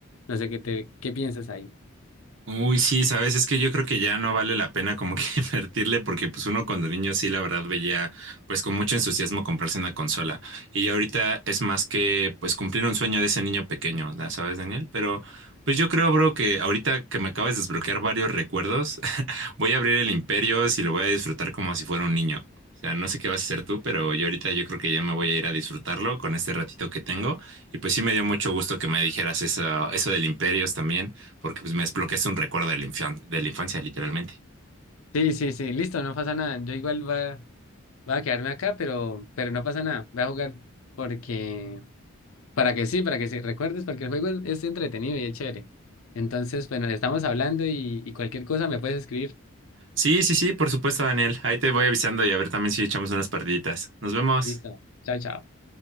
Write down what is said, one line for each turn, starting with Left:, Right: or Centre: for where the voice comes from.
Left: No sé qué te, qué piensas ahí.
Right: Uy, sí, sabes, es que yo creo que ya no vale la pena como que <laughs> invertirle porque pues uno cuando niño sí, la verdad veía pues con mucho entusiasmo comprarse una consola y ya ahorita es más que pues cumplir un sueño de ese niño pequeño, ¿da- ¿sabes, Daniel? Pero pues yo creo, bro, que ahorita que me acabas de desbloquear varios recuerdos, <laughs> voy a abrir el Imperios y lo voy a disfrutar como si fuera un niño. O sea, no sé qué vas a hacer tú, pero yo ahorita yo creo que ya me voy a ir a disfrutarlo con este ratito que tengo y pues sí me dio mucho gusto que me dijeras eso, eso del Imperios también porque pues me desbloqueaste un recuerdo de la, infan- de la infancia, literalmente.
Left: Sí, sí, sí, listo, no pasa nada. Yo igual va, va a quedarme acá, pero, pero no pasa nada. Voy a jugar porque, para que sí, para que sí, recuerdes, porque el juego es, es entretenido y es chévere. Entonces, bueno, estamos hablando y, y cualquier cosa me puedes escribir.
Right: Sí, sí, sí, por supuesto, Daniel. Ahí te voy avisando y a ver también si echamos unas partiditas. Nos vemos.
Left: Listo. Chao, chao.